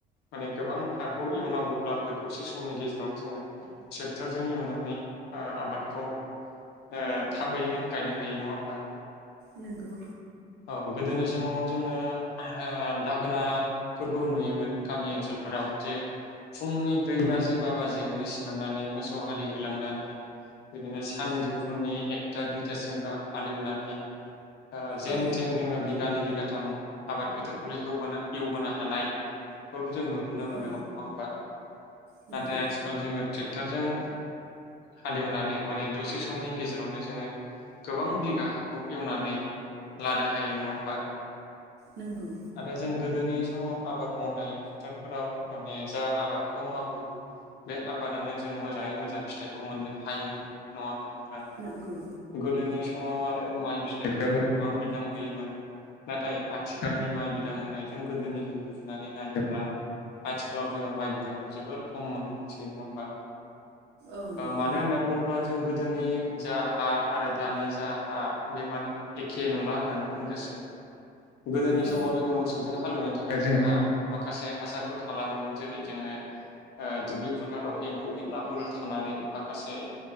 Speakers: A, on the left; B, on the right.
A: माने गोबां हाखौ एवनांगौब्लाबो दसे समनि गेजेरावनो जोङो ट्रेक्टरजों एवनानै ओ आबादखौ ओ थाबैनो गायनो हायो नङा होमबा?
B: नंगौ।
A: औ गोदोनि समाव जोङो ओ दाहोना फोरखौ नुयोमोन गामि ओनसोलफोराव जे फुंनि ब्रै बाजि बा बाजियावनो सिखारनानै मोसौ हालि होलांनानै बिदिनो सानजौफुनि एकथा दुइथासिम गाहाम हालेवनानै ओ जेन
B: औ
A: बिघानै बिगाथाम आबाद फोथारखौल' एवबोनो एवबोनो हानायखौल' जों नुबोदो नुनो मोन्दोंमोन
B: औ
A: नङा होमबा?
B: नंगौ
A: नाथाय आथिखाल जोङो ट्रेक्टरजों हालेवनानै माने दसे समनि गेजेरावनो जोङो गोबां बिगा हाखौ एवनानै लानो हायो नङा होमबा।
B: नंगौ।
A: आरो जों गोदोनि समाव आबाद मावनाय फोथारफोराव माने जा आबादखौ मावो बे आबादानो जों मोजाङै मोजां फिथाइखौ मोननो हायोमोन नङा होमबा नोंथां।
B: नोंंगौ।
A: गोदोनि समाव आरो माइ फिथाइफोराबो गोबां बिदां होयोमोन। नाथाय आथिखालनि माइ बिदां होनायजों गोदोनिजों रुजुनानै नायोब्ला आथिखालाव जोङो माइ बिदांखौ जोबोर खम नुनो मोनसै नङा होमबा
B: औ नंगौ
A: मानो होनना बुङोब्ला जों गोदोनि जा हा आरो दानि जा हा बे माने एखे नंला होननानै बुंजासै गोदोनि
B: औ
A: समाव जोङो मोसौजों हालौवनो थाखाय जोंहा माखासे हासारफोर थालाङोमोन जेरै जोङो ओ दुब्लि फोथाराव एम्फौ एनलाफोर थानानै माखासे